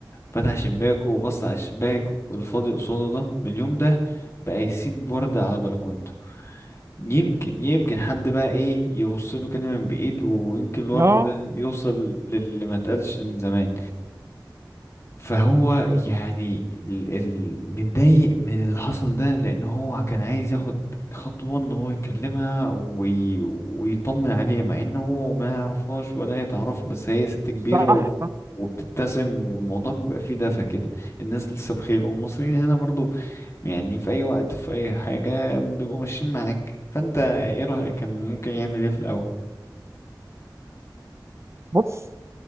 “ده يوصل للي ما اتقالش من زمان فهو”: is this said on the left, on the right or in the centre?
Left